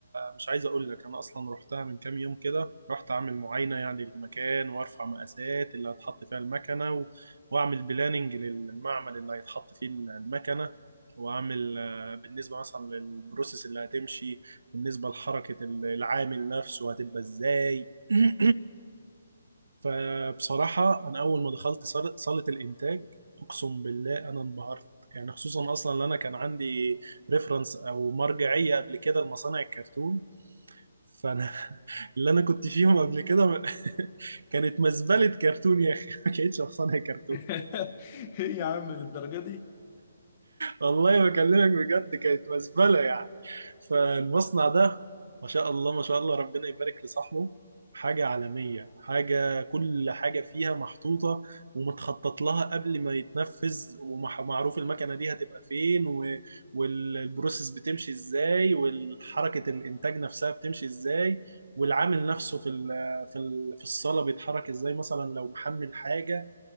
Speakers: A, on the right; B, on the left.
A: مش عايز اقول لك انا اصلا رحتها من كام يوم كده رحت اعمل معاينة يعني للمكان وارفع مقاسات اللي هتحط فيها المكنة و... واعمل بلاننج للمعمل اللي هيتحط فيه المكنة واعمل آه، بالنسبة مثلا للبروسيس اللي هتمشي بالنسبة لحركة العامل نفسه هتبقى ازاي <clears throat> فبصراحة أنا أول ما دخلت صالة صالة الإنتاج أقسم بالله أنا انبهرت يعني خصوصا أصلا إن أنا كان عندي ريفرنس أو مرجعية قبل كده لمصانع الكرتون فأنا <laughs> اللي أنا كنت فيهم قبل كده <laughs> كانت مزبلة كرتون يا أخي <laughs> ما كانتش مصانع كرتون
B: <laughs> ايه يا عم للدرجة دي
A: والله بكلمك بجد كانت مزبله يعني فالمصنع ده ما شاء الله ما شاء الله ربنا يبارك لصاحبه حاجه عالميه حاجه كل حاجه فيها محطوطه ومتخطط لها قبل ما يتنفذ ومعروف المكنه دي هتبقى فين و... والبروسيس بتمشي ازاي والحركه الانتاج نفسها بتمشي ازاي والعامل نفسه في ال... في ال... في الصاله بيتحرك ازاي مثلا لو محمل حاجه